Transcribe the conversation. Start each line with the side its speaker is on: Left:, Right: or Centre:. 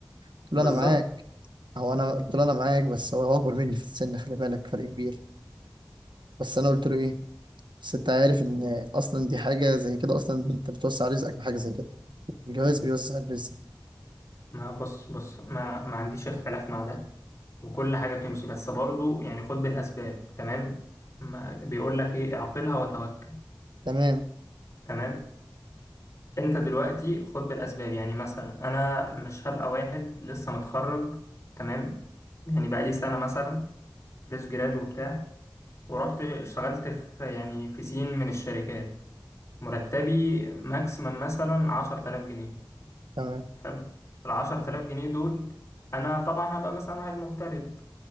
Right: قلت له
Left: بالظبط
Right: أنا معاك هو أنا قلت له أنا معاك بس هو هو أكبر مني في السن خلي بالك فرق كبير بس أنا قلت له إيه بس أنت عارف إن أصلا دي حاجة زي كده أصلا أنت بتوسع رزقك بحاجة زي كده الجواز بيوسع الرزق
Left: ما بص بص ما, ما عنديش اختلاف مع ده وكل حاجة بتمشي بس برضه يعني خد بالأسباب تمام ما بيقول لك ايه اعقلها وتوكل
Right: تمام
Left: تمام انت دلوقتي خد بالأسباب يعني مثلا انا مش هبقى واحد لسه متخرج تمام يعني بقى لي سنة مثلا فريش جراد وبتاع ورحت اشتغلت في يعني في سين من الشركات مرتبي ماكسيمم مثلا 10000 جنيه
Right: تمام
Left: حلو العشر تلاف جنيه دول أنا طبعا هبقى مثلا واحد مغترب